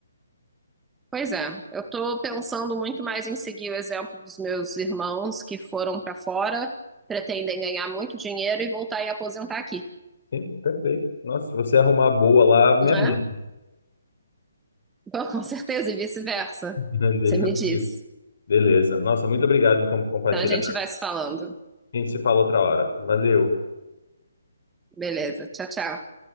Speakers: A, in the centre; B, on the left.
A: Pois é, eu estou pensando muito mais em seguir o exemplo dos meus irmãos que foram para fora, pretendem ganhar muito dinheiro e voltar e aposentar aqui,
B: Sim, perfeito. Nossa, se você arrumar boa lá, me
A: né?
B: avisa.
A: <laughs> Bom, com certeza, e vice-versa.
B: <laughs> Deixa
A: Você me
B: comigo.
A: disse.
B: Beleza. Nossa, muito obrigado então por compartilhar.
A: Então a gente vai se falando.
B: A gente se fala outra hora. Valeu.
A: Beleza, tchau, tchau.